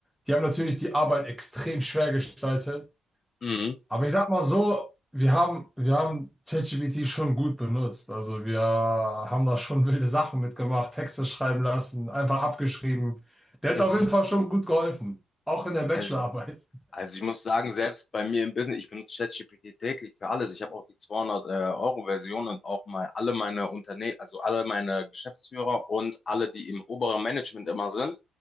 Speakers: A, in the centre; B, on the left.
A: Die haben natürlich die Arbeit extrem schwer gestaltet.
B: Mhm.
A: Aber ich sag mal so, wir haben, wir haben ChatGPT schon gut benutzt. Also wir haben da schon wilde Sachen mitgemacht, Texte schreiben lassen, einfach abgeschrieben. Der
B: <laughs>
A: hat auf jeden Fall schon gut geholfen. Auch in der Bachelorarbeit.
B: Also Also ich muss sagen, selbst bei mir im Business, ich benutze ChatGPT täglich für alles. Ich habe auch die 200-Euro-Version und auch mal alle meine Unternehmen, also alle meine Geschäftsführer und alle, die im oberen Management immer sind,